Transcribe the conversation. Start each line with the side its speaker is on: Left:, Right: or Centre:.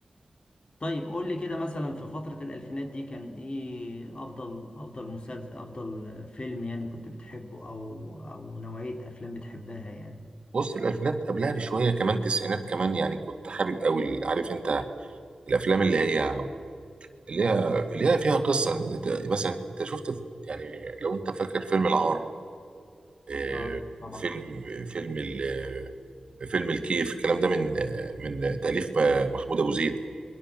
Left: طيب قول لي كده مثلا في فترة الألفينات دي كان إيه أفضل أفضل مسلسل أفضل فيلم يعني كنت بتحبه أو أو نوعية أفلام بتحبها يعني
Right: بص الالفينات قبلها بشويه كمان تسعينات كمان يعني كنت حابب قوي ال- عارف انت الافلام اللي هي اللي هي اللي هي فيها قصه انت- مثلا انت شفت يعني لو انت فاكر فيلم العار آه،
Left: آه طبعا
Right: فيلم فيلم ال- فيلم الكيف الكلام ده من من تاليف محمود ابو زيد